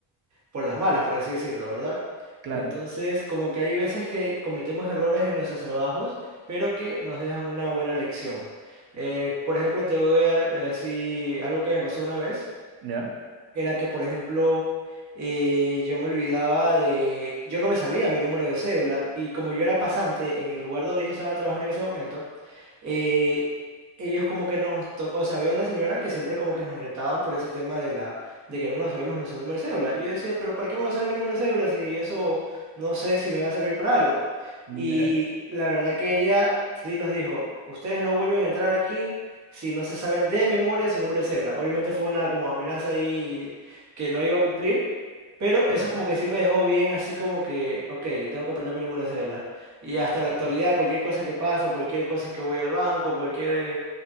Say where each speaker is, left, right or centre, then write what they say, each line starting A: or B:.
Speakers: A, on the right; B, on the right.
A: por las malas, por así decirlo, ¿verdad?
B: claro.
A: Entonces, como que hay veces que cometemos errores en nuestros trabajos, pero que nos dejan una buena lección. Eh, por ejemplo, te voy a dar eh, así algo que me pasó una vez
B: ¿Ya?
A: era que, por ejemplo, eh, yo me olvidaba de, yo no me sabía mi número de cédula y como yo era pasante en el lugar donde yo estaba trabajando en ese momento, eh, ellos como que nos, to- o sea, había una señora que siempre como que nos retaban por ese tema de la, de que no nos sabíamos nuestro número de cédula. Y yo decía, pero ¿para qué me va a saber mi número de cédula si eso no sé si me va a servir para algo?
B: ¿Ya?
A: Y la verdad que ella sí nos dijo, ustedes no vuelven a entrar aquí si no se saben de memoria su número de cédula. Obviamente fue una como amenaza ahí que no iba a cumplir, pero eso
B: ¿Ya?
A: como que sí me dejó bien así como que, ok, tengo que aprender mi número de cédula. Y hasta la
B: Ujú.
A: actualidad, cualquier cosa que pasa, cualquier cosa que voy al banco, cualquier